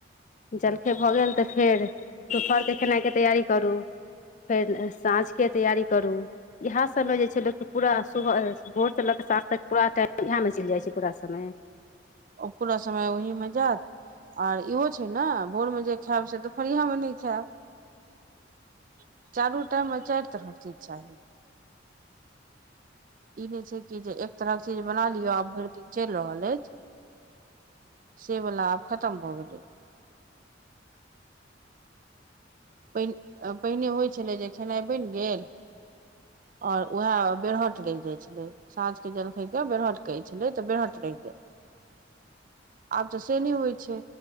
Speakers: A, on the left (about 40°); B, on the right (about 45°).
A: जलखो भऽ गेल तऽ फेर दुपहरके खेनाइके तैयारी करू फेर साँझके तैयारी करू इएह सबमें जे छै लोक पूरा सुबह भोरसँ लऽ कऽ साँझ तक पुरा टाइम इएह मे चैल जाइ छै पूरा समय
B: ओ पूरा समय ओहिमे जात आर इहो छै ने भोरमे जे खायब से दुपहरिआमे नहि खायब चारू टाइममे चाइर तरहक चीज चाही ई नहि छै कि जे एक तरहक चीज बना लियअ आ भैर दिन चैल रहल अछि सेबला आब खतम भ गेलै पहि पहिने होइ छलै जे खेनाइ बैन गेल और उएह बेरहट रहि जाइ छलै साँझके जलखाय कऽ बेरहट कहै छलै तऽ बेरहट रहि गेल आब तऽ सेनी होइ छै